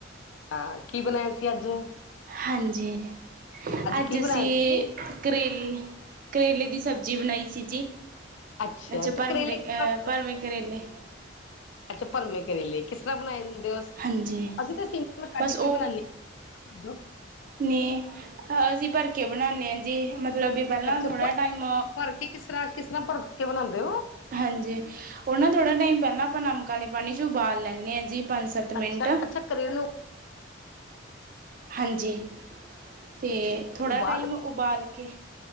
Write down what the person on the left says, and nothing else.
ਅ ਕੀ ਬਣਾਇਆ ਸੀ ਅੱਜ?
ਕੀ ਬਣਾਇਆ
ਤੁਸੀਂ
ਅੱਛਾ
ਤੇ
ਕਰੇਲੇ
ਕਿਸ
ਅੱਛਾ ਭਰਮੇ ਕਰੇਲੇ ਕਿਸਰਾ ਬਣਾਏ ਦੋ,
ਅਸੀਂ ਤਾਂ ਸਿੰਪਲ ਕੱਟ
ਕੇ ਬਣਾਨਦੇ ਅ
ਅੱਛਾ,
ਭ
ਭਰਕੇ ਕਿਸਰ੍ਹਾਂ, ਕਿਸਰ੍ਹਾਂ ਭਰਕੇ ਬਣਾਉਂਦੇ ਓ?
ਅੱਛਾ-ਅੱਛਾ ਕਰੇਲੂ
ਉਬਾਲ